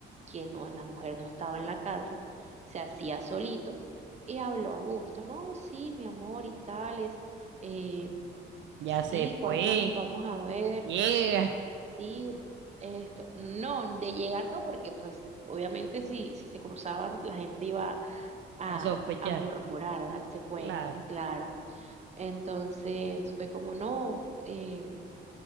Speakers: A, on the right; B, on the right.
A: que no, la mujer no estaba en la casa, se hacía solito y habló a gusto, no, sí, mi amor y tales, eh,
B: Ya
A: Sí,
B: se fue.
A: ¿cuándo nos vamos a ver?
B: Llega
A: Sí, esto. No, de llegar no, porque pues obviamente si, si se cruzaban la gente iba a,
B: a sospechar.
A: a murmurar, a darse cuenta,
B: Claro.
A: claro. Entonces fue como, no, em,